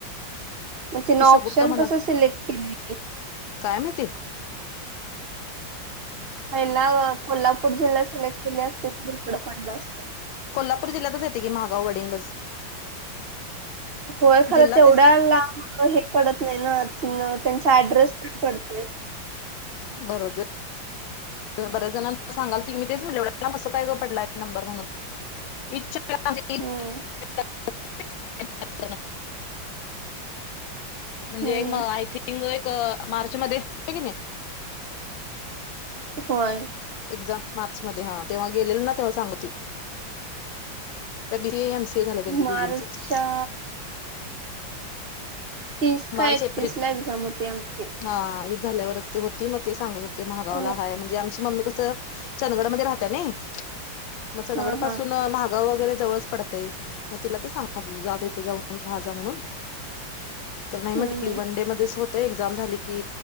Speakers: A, on the right; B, on the left.
A: मग तिनं
B: ती शगुप्ता
A: ऑप्शन
B: म्हणत
A: कसं सिलेक्ट केलेली?
B: काय माहिती?
A: पहिला कोल्हापूर जिल्हा सिलेक्ट केले असते त ईकडं पडलं असतं.
B: कोल्हापूर जिल्ह्याच येते की महागाव गडहिंग्लज.
A: होय खरं
B: जिल्हा
A: तेवढ्या
B: तेच
A: लांब हे पडत नाही ना नं त्यांचा ऍड्रेस पण पडतोय.
B: भरो दे. बऱ्याच जणांच सांगालती की मी तेच म्हणल एवढ्या लांब कस काय ग पडलाय नंबर म्हणून. <unintelligible>
A: हम्म
B: म्हणजे
A: हम्म
B: एक
A: हम्म
B: आय थिंग एक मार्च मध्ये कि नाही.
A: होय!
B: एक्झाम मार्च मध्ये हा तेव्हा गेलेलो ना तेव्हा सांग होती. त B C A, M C A झालये त्यांचं
A: मार्चच्या
B: दोघींचं.
A: तीस का
B: मार्च
A: एकतीस
B: एप्रिल
A: ला एक्झाम होती आमची.
B: हा ईद झाल्यावरच ते होती मग ते सांगत होते, महागावला
A: हो
B: हाय म्हणजे आमची मम्मी कसं. चंदगडमध्ये राहत्यां नई म चंदगड
A: हा हा
B: पासून महागाव वगैरे जवळचं पडतय म तिला ते सांगतला जातेय त जाऊन राहा जा म्हणून. तर नाही
A: हम्म
B: म्हटली
A: हम्म
B: वनडे मध्येच होत एक्झाम झाली की